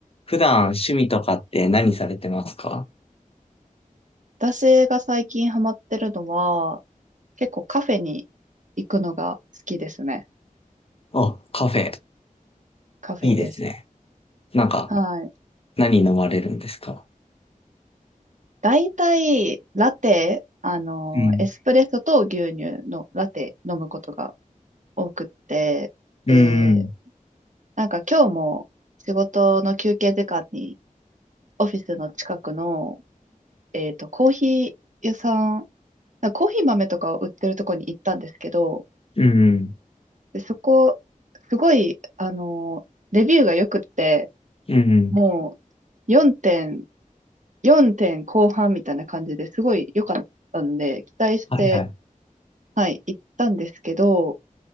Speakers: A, on the left; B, on the right.
A: 普段趣味とかって何されてますか
B: 私が最近ハマってるのは、結構カフェに行くのが好きですね。
A: あ、カフェ。
B: カフェです。
A: いいですね。なんか、
B: はい。
A: 何飲まれるんですか
B: 大体、ラテ、あの、
A: うん。
B: エスプレッソと牛乳のラテ飲むことが多くって、
A: うん。
B: で、なんか今日も仕事の休憩時間にオフィスの近くの、えっと、コーヒー屋さん、なんかコーヒー豆とかを売ってるとこに行ったんですけど、
A: うん。
B: で、そこ、すごい、あの、レビューが良くって、
A: うん。
B: もう4点、4点後半みたいな感じですごい良かったんで、期待して、
A: はいはい。
B: はい、行ったんですけど、